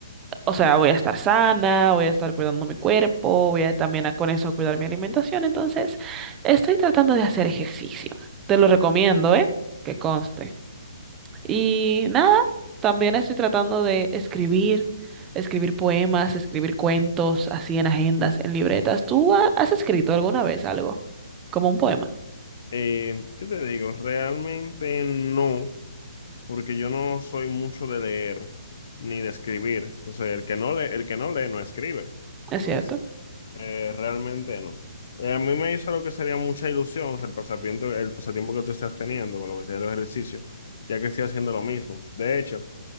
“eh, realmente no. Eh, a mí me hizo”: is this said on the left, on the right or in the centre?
Left